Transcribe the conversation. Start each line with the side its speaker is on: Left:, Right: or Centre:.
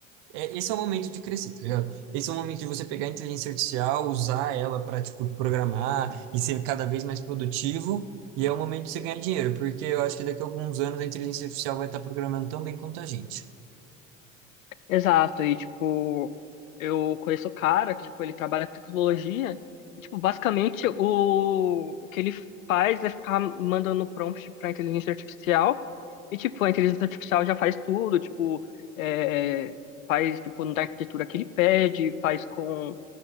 Right: é, esse é o momento de crescer, tá ligado? Esse é o momento de você pegar a inteligência artificial, usar ela para, tipo, programar e ser cada vez mais produtivo, e é o momento de você ganhar dinheiro, porque eu acho que daqui a alguns anos a inteligência artificial vai estar programando tão bem quanto a gente.
Left: Exato, e tipo, eu conheço o cara que, tipo, ele trabalha com tecnologia, e, tipo, basicamente o, o que ele faz é ficar mandando prompt para inteligência artificial, e tipo, a inteligência artificial já faz tudo, tipo, é, faz tipo na arquitetura que ele pede, faz com